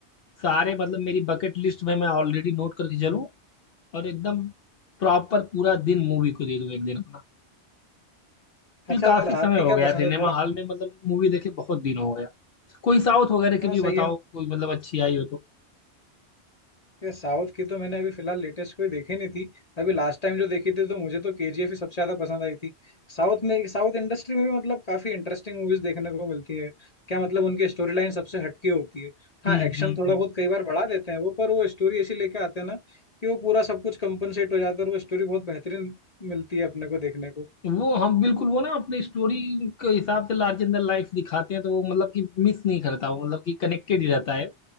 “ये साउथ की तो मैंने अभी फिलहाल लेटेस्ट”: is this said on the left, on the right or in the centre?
Left